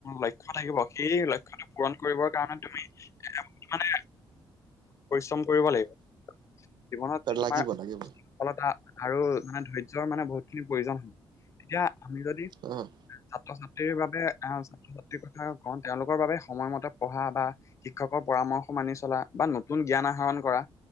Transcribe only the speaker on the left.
লক্ষ্য থাকিব সেই লক্ষ্যটো পূৰণ কৰিবৰ কাৰণে তুমি একদম মানে পৰিশ্ৰম কৰিব লাগিব জীৱনত তোমাৰ
সফলতা আৰু মানে ধৈৰ্য্যৰ মানে বহুতখিনি প্ৰয়োজন হব তেতিয়া আমি যদি
ছাত্ৰ ছাত্ৰীৰ বাবে আহ ভন্তিৰ কথা কও তেওঁলোকৰ বাবে সময়মতে পঢ়া বা শিক্ষকৰ পৰামৰ্শ মানি চলা বা নতুন জ্ঞান আহৰণ কৰা